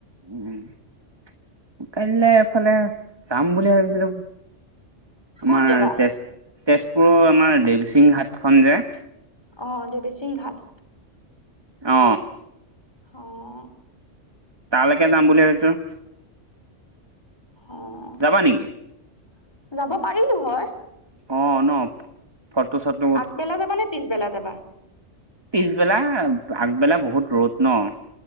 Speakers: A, on the right; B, on the left.
A: উম কাইলৈ এফালে যাম বুলি ভাবিছিলো। তোমাৰ
B: ক'ত যাবা
A: তেজ- তেজপুৰৰ আমাৰ দেৱচিং ঘাট খন যে
B: অ' দেৱীসিং ঘাট
A: অ
B: অহ
A: তালৈকে যাম বুলি ভাবিছোঁ।
B: অ'
A: যাবা নেকি?
B: যাব পাৰিলো হয়।
A: অ নহ ফটো চটো
B: আগবেলা যাবা নে পিছবেলা যাবা?
A: পিছবেলা আগবেলা বহুত ৰ'দ নহ।